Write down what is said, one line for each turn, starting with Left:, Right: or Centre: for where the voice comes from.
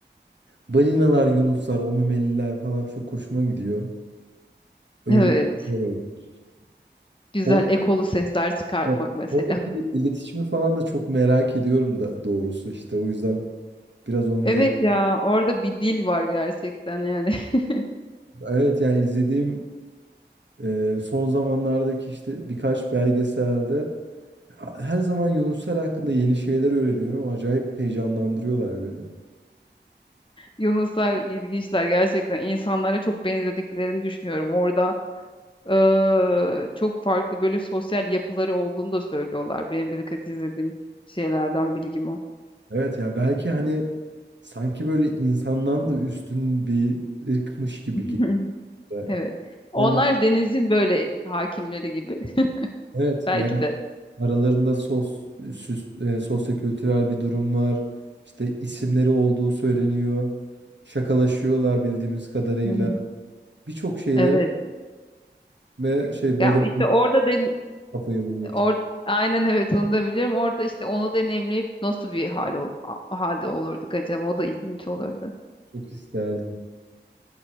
Right: balinalar, yunuslar, o memeliler falan çok hoşuma gidiyor. Öyle
Left: Evet.
Right: bir şey olabilir.
Left: Güzel
Right: Oradaki,
Left: ekolu sesler çıkartmak
Right: evet,
Left: mesela.
Right: oradaki
Left: <laughs>
Right: iletişimi falan da çok merak ediyorum da doğrusu işte. O yüzden biraz onun
Left: Evet
Right: den
Left: ya orada bir dil var gerçekten yani. <laughs>
Right: Evet yani izlediğim Ee, son zamanlardaki işte birkaç belgeselde her zaman Yunuslar hakkında yeni şeyler öğreniyorum. Acayip heyecanlandırıyorlar beni.
Left: Yunuslar ilginçler gerçekten insanlara çok benzediklerini düşünüyorum. Orada eee, çok farklı böyle sosyal yapıları olduğunu da söylüyorlar. Benim de birkaç izlediğim şeylerden bilgim o.
Right: Evet ya belki hani sanki böyle insandan da üstün bir ırkmış gibi
Left: <laughs>
Right: geliyor.
Left: Evet. Onlar
Right: Hani
Left: denizin böyle hakimleri gibi
Right: evet
Left: <laughs> belki
Right: yani
Left: de.
Right: aralarında sos, süs, e, sosyokültürel bir durum var. İşte isimleri olduğu söyleniyor. Şakalaşıyorlar bildiğimiz kadarıyla.
Left: Hı hı.
Right: Birçok şeyleri
Left: Evet.
Right: ve şey balon
Left: Ya işte orada den
Right: kafayı bulmak
Left: or
Right: <laughs>
Left: aynen evet onu da biliyorum. Orada işte onu deneyimleyip nasıl bir hal ol- a- halde olurduk acaba? O da ilginç olurdu.
Right: Çok isterdim.